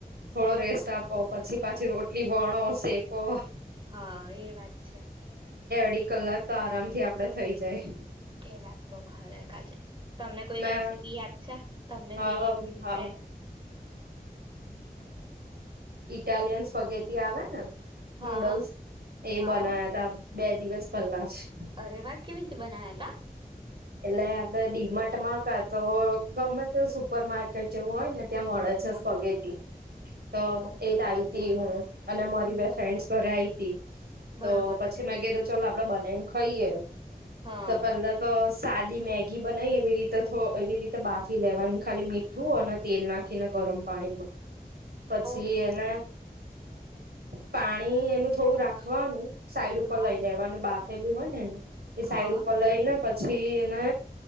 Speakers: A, on the right; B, on the right.
A: થોડો રેસ્ટ આપો પછી, પાછી રોટલી વણો શેકો
B: હા. એ વાત છે.
A: ઢી કલાક તો આરામથી આપડે થઈ જાય.
B: એ વાત તો ખરેખર છે. તમને કોઈ
A: મે
B: રેસીપી યાદ છે. તમને
A: હા
B: જે ઈઝી રીતે.
A: હા ઇટાલિયન્સ પગેથી આવે ને.
B: હા,
A: નુડલ્સ એ
B: હા.
A: બનાયા તા. બે દિવસ પહેલા જ.
B: અરે વાત કેવી રીતે બના્યા તા.
A: એટલે આપડણે ડીમટમાં ક તો ગમે તે સુપર માર્કેટ જેવું હોય ને. ત્યાં મળે છે
B: હા.
A: પગેથી તો
B: ઓકે.
A: એ લાવ ત હું અને મારી
B: હમ્મ.
A: બે ફ્રેન્ડસ ઘરે આવીઈ. તે.
B: બરોબર.
A: તો પછી મેં કઈ દ ચાલ આપ. આપડે બનાવીને ખાઈએે.
B: હા,
A: તોપલડા તો. સાદી મેગી બનાવી એવી રીતે થ એવી રીતે બાફી લેવાનું ખાલી મીઠું અને તેલ નાખીને ગરમ પાણીમાં. પછી
B: ઓકે.
A: એને. પાણી એનું થોડું રાખવાનું. સાઈડ ઉપર
B: હા.
A: લઈ લેવાનું બાહ. પેલી હોય. એ
B: હા,
A: સાઈડ ઉપર લઈ ને પછી. પછી એને